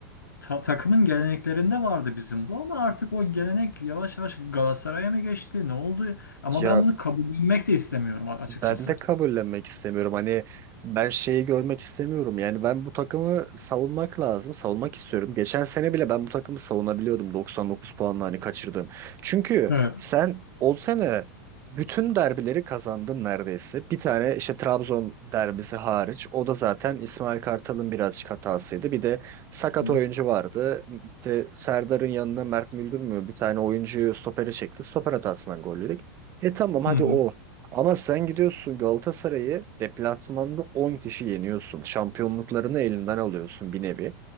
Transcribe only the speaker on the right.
Ya
Ben de kabullenmek istemiyorum. Hani ben şeyi görmek istemiyorum. Yani ben bu takımı savunmak lazım. Savunmak istiyorum. Geçen sene bile ben bu takımı savunabiliyordum 99 puanla hani kaçırdım. Çünkü
sen o sene bütün derbileri kazandın neredeyse. Bir tane işte Trabzon derbisi hariç. O da zaten İsmail Kartal'ın birazcık hatasıydı. Bir de sakat
oyuncu vardı. İşte Serdar'ın yanına Mert Müldür mü bir tane oyuncuyu stopere çekti. Stoper hatasından gol yedik. E tamam hadi
o. Ama sen gidiyorsun Galatasaray'ı deplasmanda 10 kişi yeniyorsun. Şampiyonluklarını elinden alıyorsun bir nevi.